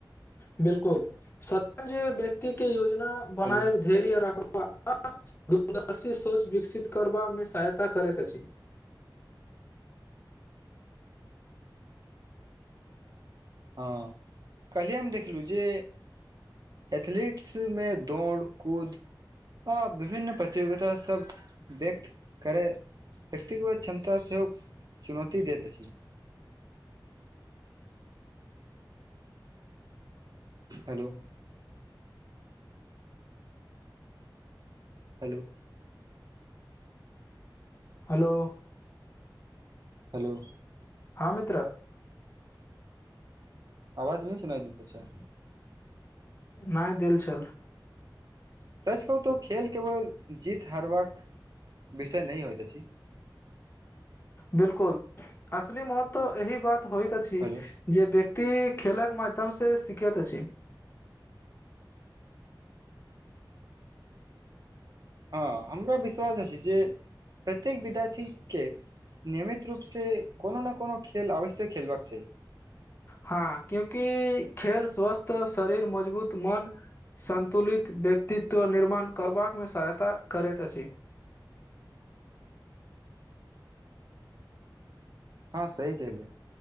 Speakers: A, on the left; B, on the right.
A: बिल्कुल शतरंज व्यक्ति के योजना बनायब
B: हेलो
A: धैर्य रखब आ दूरदर्शी सोच विकसित करबामे सहायता करैत अछि
B: हँ कल्हिे हम देखलहुँ जे एथलीट्समे दौड़ कूद आ विभिन्न प्रतियोगिता सँ सब व्यक्त करै व्यक्तिगगत क्षमता सेहो चुनौती दैत अछि हेलो हेलो
A: हेलो
B: हेलो
A: हँ मित्र
B: आवाज ने सुनाई देैत छै
A: नहि देेल चल
B: सच कहू तो खेल केवल जीत हरबाक विषय नहि होइत अछि
A: बिलकुल असली महत्त्व एहि बात होइत अछि
B: हेलो
A: जे व्यक्ति खेलक माध्यम से सीखैत अछि
B: हँ हमरा विश्वास अछि जे प्रत्येक विद्यार्थीके नियमित रूपसँ कोनो ने कोनो खेल अवश्य खेलबाक चाही
A: हँ क्योकि खेल स्वस्थ शरीर मजबूत मन सन्तुलित व्यक्तित्व निर्माण करबामे सहायता करैत अछि
B: हँ सही केह लिय